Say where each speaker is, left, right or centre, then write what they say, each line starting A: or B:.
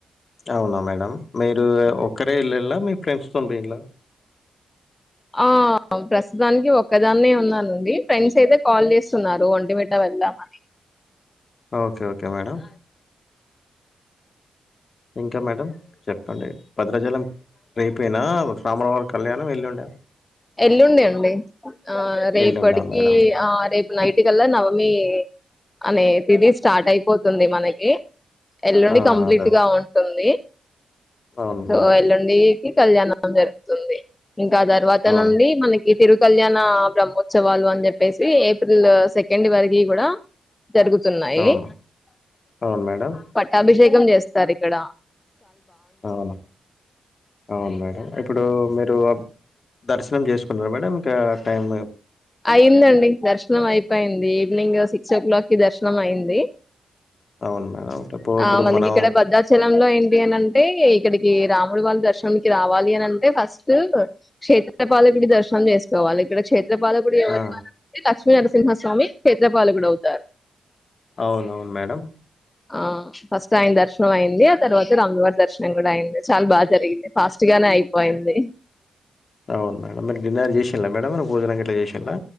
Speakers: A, on the left; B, on the left.
A: అవునా మేడం మీరు ఒక్కరే ఎళ్ళిళ మీ ఫ్రెండ్స్‌తోనా పొయిళ
B: ఆ ఆ ప్రస్తుతానికి ఒక్కదాన్నే ఉన్నానండి ఫ్రెండ్స్ అయితే కాల్ చేస్తున్నారు ఒంటిమిట వెళ్దామని
A: ఓకే ఓకే మేడం ఇంకా మేడం చెప్పండి భద్రాచలం రేపేనా రాముల వారి కళ్యాణం ఎల్లుండా
B: ఎల్లుండే అండి ఆ రేపటికి
A: ఎల్లుండా మేడం
B: ఆ రేప్ నైట్ కల్లా నవమి అనే తిదీ స్టార్ట్ అయిపోతుంది మనకి ఎల్లుండి
A: ఆ
B: కంప్లీట్‌గా
A: అదే అదే
B: ఉంటుంది
A: అవును
B: సో
A: మేడం
B: ఎల్లుండికి కళ్యాణం జరుగుతుంది ఇంకా తర్వాత
A: అవును
B: నుండి మనకి తిరు కళ్యాణ బ్రహ్మోత్సవాలు అని చెప్పేసి ఏప్రిల్ సెకండ్ వరకి కూడా జరుగుతున్నాయి
A: అవును అవును మేడం
B: పట్టాభిషేకం చేస్తారు ఇక్కడ
A: అవునా అవును మేడం ఇప్పుడు మీరు దర్శనం చేసుకున్నారు మేడం ఇంకా టైమ్
B: అయిందండి దర్శనం అయిపోయింది ఈవినింగ్ సిక్స్ ఓ క్లాక్ కి దర్శనం అయింది
A: అవును మేడం ఇప్పుడు ఇప్పుడు
B: ఆ మనకి
A: మనం
B: ఇక్కడ భద్రాచలంలో ఏంటి అని అంటే ఇక్కడికి ఈ రాముడి వాళ్ళ దర్శననికి రావాలి అని అంటే ఫస్ట్ క్షేత్రపాలికుడి దర్శనం చేసుకోవాలి ఇక్కడ క్షేత్రపాలకుడు ఎవరుంటే
A: ఆ
B: లక్ష్మీనరసింహస్వామి క్షేత్రపాలకుడు అవుతారు
A: అవునవును మేడం
B: ఆ ఫస్ట్ ఆయన దర్శనం అయింది ఆ తర్వాత రామవారి దర్శనం కూడా అయింది చాలా బాగా జరిగింది ఫాస్ట్ గా నే అయిపోయింది
A: అవును మేడం మీరు డిన్నర్ చేసిలా మేడం మీరు భోజనం గట్లా చేసిండా